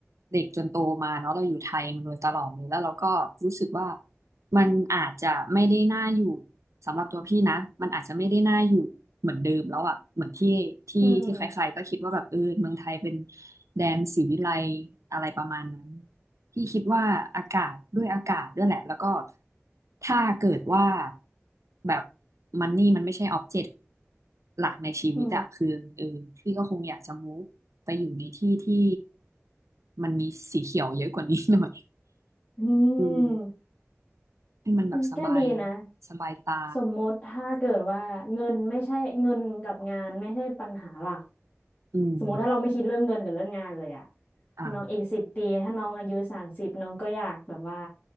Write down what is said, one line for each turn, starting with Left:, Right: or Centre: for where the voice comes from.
Right: เด็กจนโตมาเนาะเราอยู่ไทยมาโดยตลอดเลยแล้วเราก็รู้สึกว่ามันอาจจะไม่ได้น่าอยู่สำหรับตัวพี่นะมันอาจจะไม่ได้น่าอยู่เหมือนเดิมแล้วอะเหมือนที่ที่ที่ใครๆก็คิดว่าแบบเออเมืองไทยเป็น
Left: อืม
Right: แดนศรีวิไลย์อะไรประมาณนั้น พี่คิดว่าอากาศด้วยอากาศด้วยแหละแล้วก็ถ้าเกิดว่าแบบมันนี่มันไม่ใช่ออบเจกต์หลักในชีวิตอะคือเออพี่ก็คงอยากจะมูฟไปอยู่ในที่ที่
Left: อื
Right: มันมีสีเขียวเยอะกว่านี้หน่อย
Left: ม
Right: อืมให้มันแบบสบาย
Left: อืมก็ดีนะ
Right: สบายตา
Left: สมมติถ้าเกิดว่าเงินไม่ใช่เงินกับงานไม่ใช่ปัญหาหลัก
Right: อืม
Left: สมมติถ้าเราไม่คิดเรื่องเงินกับเรื่องงานเลยอะ
Right: อ่า
Left: น้องอีกสิบปีถ้าน้องอายุสามสิบน้องก็อยากแบบว่า